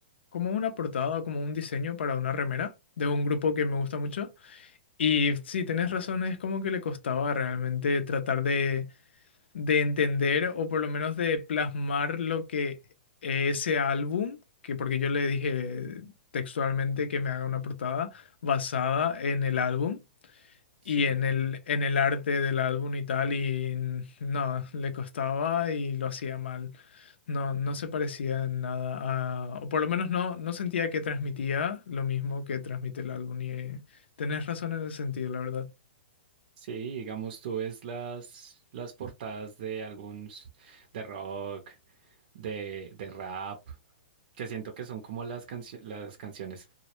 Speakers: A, on the left; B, on the right.
A: como una portada, como un diseño para una remera de un grupo que me gusta mucho. Y sí, tenés razón, es como que le costaba realmente tratar de, de entender o por lo menos de plasmar lo que ese álbum, que porque yo le dije textualmente que me haga una portada basada en el álbum.
B: Sí.
A: Y en el, en el arte del álbum y tal, y n- no, le costaba y lo hacía mal. No, no se parecía en nada a, o por lo menos no, no sentía que transmitía lo mismo que transmite el álbum. Y eh, tenés razón en ese sentido, la verdad.
B: Sí, digamos, tú ves las, las portadas de álbums de rock, de, de rap, que siento que son como las cancio- las canciones,